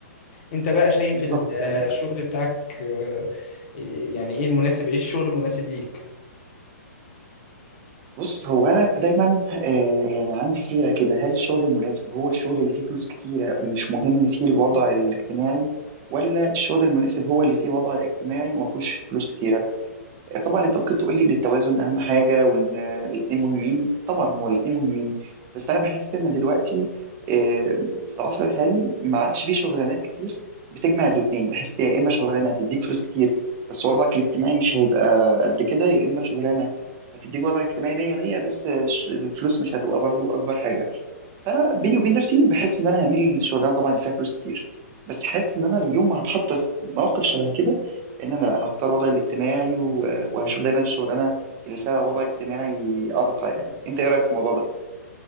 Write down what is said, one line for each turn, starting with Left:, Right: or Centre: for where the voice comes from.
Left: انت بقى شايف
Right: بالظبط
Left: ال- آه،
Right: كلامك
Left: الشغل بتاعك آه، يعني ايه المناسب ايه الشغل المناسب ليك
Right: بص هو انا دايما آه، يعني عندي حيره كده هل الشغل المناسب هو الشغل اللي فيه فلوس كتيره ومش مهم فيه الوضع الاجتماعي ولا الشغل المناسب هو اللي فيه وضع اجتماعي وما فيهوش فلوس كتيره طبعا انت ممكن تقول لي ان التوازن اهم حاجه وان الاثنين مهمين طبعا هو الاثنين مهمين بس انا بحس ان دلوقتي آه، في العصر الحالي ما عادش فيه شغلانات كتير بتجمع الاثنين بحس يا اما شغلانه هتديك فلوس كتير بس وضعك الاجتماعي مش هيبقى قد كده يا اما شغلانه هتديك وضع اجتماعي 100 100 بس ش- الفلوس مش هتبقى برضو اكبر حاجه فانا بيني وبين نفسي بحس ان انا هميل للشغلانه طبعا اللي فيها فلوس كتير بس حاسس ان انا اليوم ما هتحط في موقف شبه كده ان انا لا هختار وضعي الاجتماعي و- وهشوف دايما الشغلانه اللي فيها وضع اجتماعي ارقى يعني انت ايه رايك في الموضوع ده